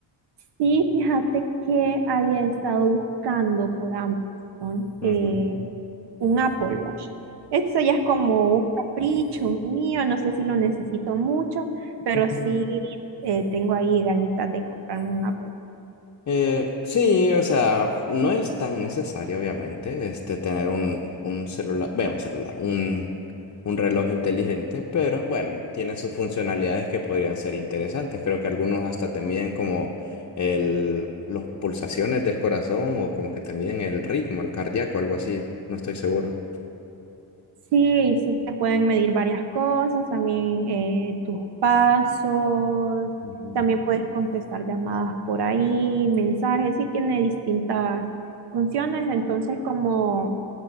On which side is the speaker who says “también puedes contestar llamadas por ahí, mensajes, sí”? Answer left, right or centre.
Right